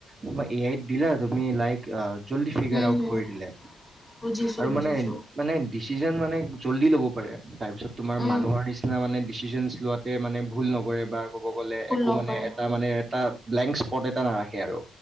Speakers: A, on the right; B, in the centre.
A: তোমাৰ এ আইত দিলা, তুমি লাইক আ জল্দি ফিগাৰ
B: উম
A: আউট
B: উম
A: কৰি দিলে
B: বুজিছো
A: আৰু
B: বুজিছো
A: মানে মানে ডিচিজন মানে জল্দি ল'ব পাৰে, তাৰ পিছত তোমাৰ
B: উম
A: মানুহৰ নিচি তোমাৰ মানে ডিচিজছন লোৱাতে ভুল নকৰে বা ক'ব গলে
B: ভুল
A: একো
B: নকৰে
A: মানে এটা তাৰমানে এটা ব্লেংক স্পট এটা নাৰাখে আৰু।